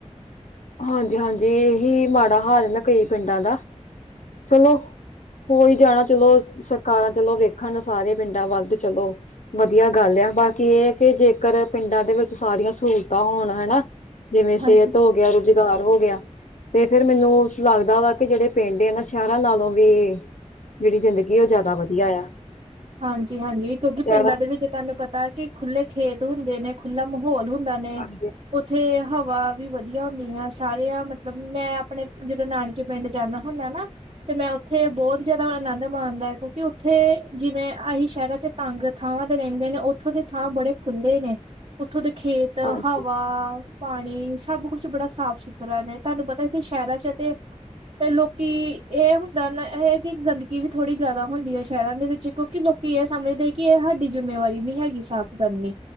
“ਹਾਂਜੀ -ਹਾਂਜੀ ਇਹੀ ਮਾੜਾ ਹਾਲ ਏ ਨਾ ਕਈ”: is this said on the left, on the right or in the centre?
Left